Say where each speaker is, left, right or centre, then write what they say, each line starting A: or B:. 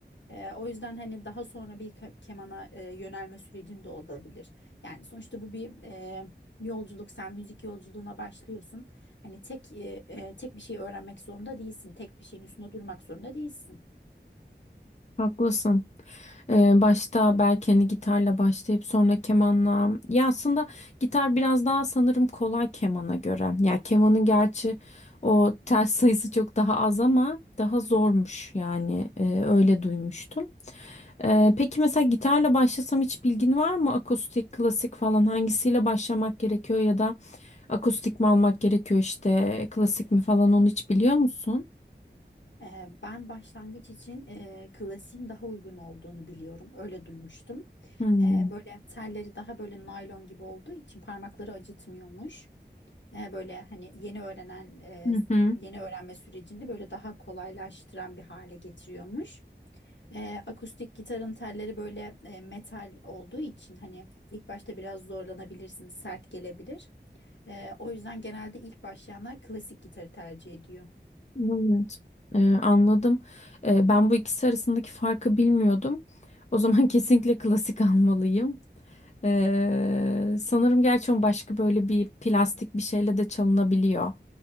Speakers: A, on the left; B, on the left.
A: Ee, o yüzden hani daha sonra bir ke- kemana e, yönelme sürecinde olabilir. Yani sonuçta bu bir e, yolculuk. Sen müzik yolculuğuna başlıyorsun. Hani tek e, e, tek bir şey öğrenmek zorunda değilsin. Tek bir şeyin üstünde durmak zorunda değilsin.
B: Haklısın. Ee, başta belki hani gitarla başlayıp sonra kemanla. Ya aslında gitar biraz daha sanırım kolay kemana göre. Ya kemanın gerçi o tel sayısı çok daha az ama daha zormuş yani Ee, öyle duymuştum. Ee, peki mesela gitarla başlasam hiç bilgin var mı? Akustik, klasik falan hangisiyle başlamak gerekiyor ya da akustik mi almak gerekiyor işte klasik mi falan onu hiç biliyor musun?
A: Ee, Ben başlangıç için e, klasiğin daha uygun olduğunu biliyorum. Öyle duymuştum.
B: Hmm.
A: Ee, böyle telleri daha böyle naylon gibi olduğu için parmakları acıtmıyormuş. E, böyle hani yeni öğrenen e,
B: Hı hı.
A: yeni öğrenme sürecini böyle daha kolaylaştıran bir hale getiriyormuş. E, akustik gitarın telleri böyle e, metal olduğu için hani ilk başta biraz zorlanabilirsiniz, sert gelebilir. E, o yüzden genelde ilk başlayanlar klasik gitarı tercih ediyor.
B: Evet, Ee, anladım. Ee, ben bu ikisi arasındaki farkı bilmiyordum. O zaman <laughs> kesinlikle klasik almalıyım. Ee, sanırım gerçi onun başka böyle bir plastik bir şeyle de çalınabiliyor